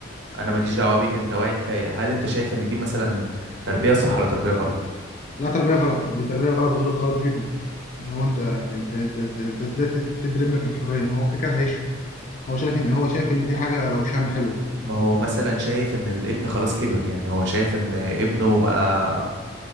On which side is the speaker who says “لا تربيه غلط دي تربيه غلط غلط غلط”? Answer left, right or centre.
Left